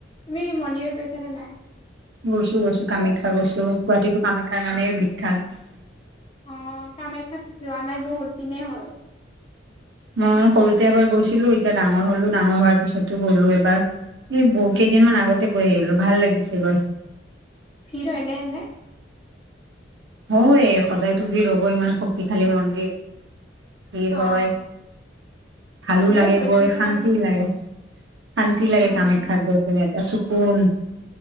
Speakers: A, on the left; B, on the right.
A: তুমি মন্দিৰত গৈছা নে নাই?
B: গৈছো গৈছো কামাখ্যা গৈছো, গুৱাহাটীতো কামাখ্যাৰ কাৰণে বিখ্যাত।
A: অ', কামেখ্যাত যোৱা নাই বহুত দিনে হ'ল।
B: মই সৰুতে এবাৰ গৈছিলো, এতিয়া ডাঙৰ হ'লো, ডাঙৰ হোৱাৰ পিছতো গ'লো এবাৰ। এই কেইদিন মান আগতে গৈ আহিলো, ভাল লাগিছে গৈ।
A: ভিৰ হয়, নে এনে?
B: হয়, সদায়তো ভিৰ হ'বই ইমান শক্তিশালী মন্দিৰ ভিৰ
A: অ
B: হয়। ভালো
A: ময়ও
B: লাগে
A: গৈছিলো
B: গৈ, শান্তি
A: বাৰু
B: লাগে শান্তি
A: উম
B: লাগে কামাখ্যাত গৈ। যেনে এটা চকুন